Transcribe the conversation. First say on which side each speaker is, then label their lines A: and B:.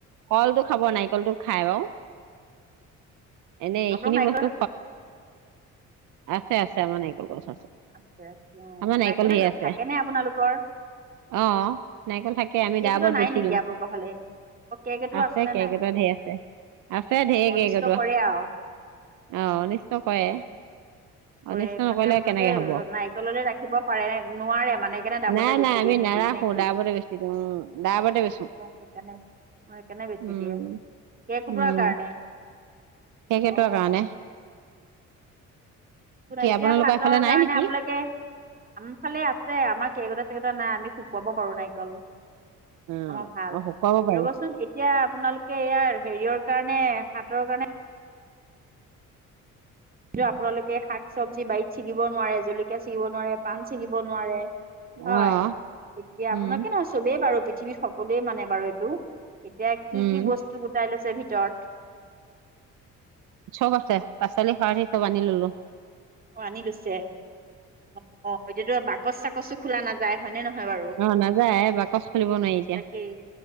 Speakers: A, on the right (about 85°); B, on the right (about 30°).
A: কলটো খাব, নাৰিকলটো খাই বাৰু। এনেই এইখিনি
B: আপোনালোকৰ নাৰিকল
A: বস্তু <unintelligible> <unintelligible> নাৰিকল
B: উ,
A: গছ
B: আছে আছে অ',
A: আমাৰ নাৰিকল
B: নাৰিকলে
A: ঢেৰ আছে
B: থাকে নে আপোনালোকৰ?
A: অ', নাৰিকল থাকে আমি
B: কেৰ্কেটুৱা
A: দাবত
B: নাই
A: বেছি
B: নেকি
A: দিওঁ।
B: আপোনালোকৰ ফালে? কেৰ্কেটুৱা
A: আছে
B: আছেনে
A: কেৰ্কেটুৱা
B: নাই
A: ধেৰ আছে। আছে ধেৰ
B: অনিষ্ট
A: কেৰ্কেটুৱা,
B: কৰে
A: অ',
B: আৰু
A: অনিষ্ট কৰে।
B: উম,
A: অনিষ্ট
B: কৰে
A: নকৰিলে
B: মানে আপোনালোকে
A: কেনেকে হ'ব
B: নাৰিকললৈ ৰাখিব পাৰে, নোৱাৰে মানে, সেইকাৰণে দাবতে
A: নাই
B: বেছি
A: নাই আমি
B: দিয়ে নেকি
A: নাৰাখো
B: নে কি?
A: দাবতে বেছি দিওঁ উম, দাবতে বেচো।
B: <unintelligible> সেইকাৰণে অ' সেইকাৰণে বেছি
A: উম,
B: দিয়ে। কেৰ্কেটুৱা
A: উম,
B: কাৰণে,
A: কেৰ্কেটুৱাৰ
B: অ'।
A: কাৰণে
B: একো নাই,
A: কি
B: এতিয়া
A: আপোনালোকৰ
B: সাতৰ
A: এইফালে নাই
B: কাৰণে
A: নেকি?
B: আপোনালোকে, আম ফালে আছে আমাৰ কেৰক <unintelligible> নাই, আমি শুকুৱাব পাৰো নাৰিকল।
A: উম,
B: আমাৰ ভাল।
A: অ', শুকুৱাব পাৰি
B: ৰব'চোন এতিয়া আপোনালোকে ইয়াৰ হেৰিয়ৰ কাৰণে, সাতৰ কাৰণে কিন্তু আপোনালোকে শাক চব্জি বাৰীত ছিগিব নোৱাৰে, জলকীয়া ছিগিব নোৱাৰে, পান ছিগিব নোৱাৰে। হয়,
A: অ',
B: এতিয়া
A: উম,
B: আপোনাকে নহয় চবেই বাৰু পৃথিৱীত সকলোৱে মানে বাৰু এইটো। এতিয়া কি,
A: উম,
B: কি বস্তু গোটাই লৈছে ভিত <unintelligible>
A: চব আছে পাঁচলি <unintelligible> চব আনি ললোঁ।
B: অ', আনি লৈছে, অ', অ', এতিয়াতো বাক কচ চাকচো খোলা নাযায় হয়, নে, ন বাৰু
A: অ নাযায় বাকচ খুলিব নোৱাৰি এতিয়া
B: তাকেই